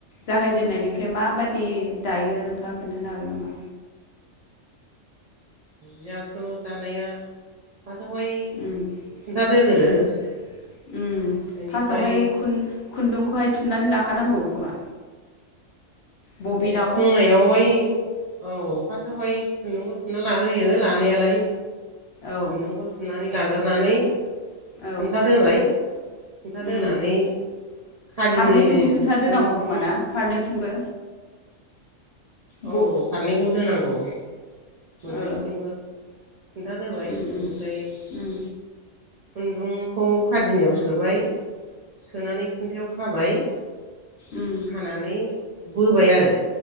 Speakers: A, on the left (about 55°); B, on the right (about 45°).
A: जागायजेननायनिफ्राय माबादि दायो नोंथाङा खोन्थानो हागोन नामा?
B: जिहाथ दानायया फासआवहाय
A: उम
B: खुन्था दोगोरो
A: उम उम
B: एनिफ्राय
A: फार्स्टावहाय खुन खुन्दुंखौहाय थुननानै लाखानांगौ खोमा बबिनाव
B: ए थोंनायआवहाय औ फासथावहाय खुन्दुंखौ थुना लाग्रोयो लानायालाय
A: औ
B: खुनदुंखौ थुन्नानै लाग्रोनानै
A: औ
B: खुन्था दोबाय खुन्था दोनानै
A: उम
B: खादिनि
A: फारनैथिंबो खुन्था दोनांगौ
B: खुन्दुं
A: खोमा ना फारनैथिंबो ब
B: औ फारनैखौबो दोनांगौ <inaudible> मोननैथिंबो
A: ओ
B: खुनथा दोबाय
A: उम उम
B: एनिफ्राय
A: उम
B: खुन्दुंखौ खादिनायाव सोबाय सोनानै खुन्थायाव खाबाय।
A: उम
B: खानानै। बोबाय आरो।